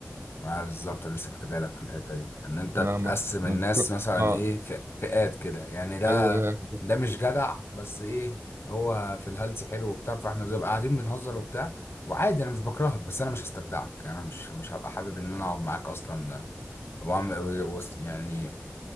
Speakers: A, on the left (about 70°); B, on the right (about 75°).
A: اه بالظبط انا لسه كنت جايلك في الحته دي ان انت
B: نعم
A: تقسم
B: ما ما
A: الناس
B: تكون
A: مثلا
B: اه
A: ايه فئ- فئات كده يعني ده
B: ايوه ايوه
A: ده مش جدع بس ايه هو في الهلس حلو وبتاع فاحنا بنبقى قاعدين بنهزر وبتاع وعادي انا مش بكرهك بس انا مش هستجدعك انا مش مش هبقى حابب ان انا اقعد معاك اصلا واعمل و- و- يعني